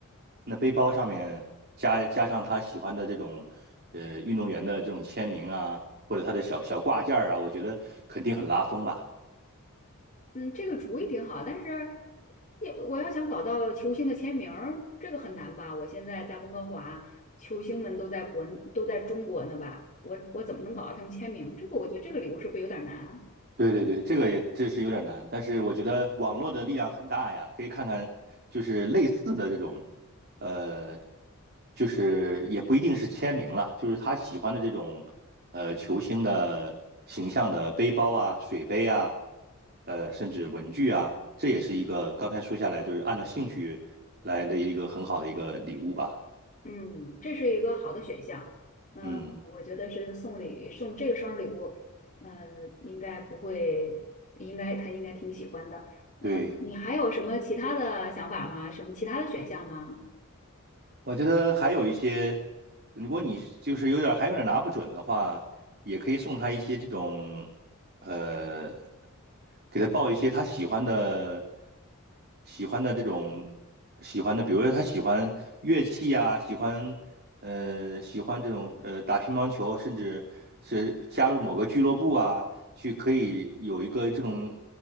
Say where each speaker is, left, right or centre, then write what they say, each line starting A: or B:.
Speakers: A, on the right; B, on the left.
A: 那背包上面加加上他喜欢的这种呃运动员的这种签名啊，或者他的小小挂件儿啊，我觉得肯定很拉风吧。
B: 嗯，这个主意挺好，但是你我要想搞到球星的签名儿这个很难吧？我现在在温哥华，球星们都在国，都在中国呢吧？我我怎么能搞到他们签名？这个我觉得这个理由是不是有点难啊？
A: 对对对，这个也这是有点难，但是我觉得网络的力量很大呀，可以看看就是类似的这种，呃，就是也不一定是签名了，就是他喜欢的这种呃球星的形象的背包啊、水杯啊，呃，甚至文具啊，这也是一个刚才说下来就是按照兴趣来的一个很好的一个礼物吧。
B: 嗯，这是一个好的选项。嗯，
A: 嗯，
B: 我觉得是送礼送这个生日礼物，嗯，应该不会，应该他应该挺喜欢的。嗯，
A: 对。
B: 你还有什么其他的想法吗？什么其他的选项吗？
A: 我觉得还有一些，如果你就是有点儿还有点儿拿不准的话，也可以送他一些这种，呃，给他报一些他喜欢的、喜欢的这种喜欢的，比如说他喜欢乐器啊，喜欢呃喜欢这种呃打乒乓球，甚至是加入某个俱乐部啊，去可以有一个这种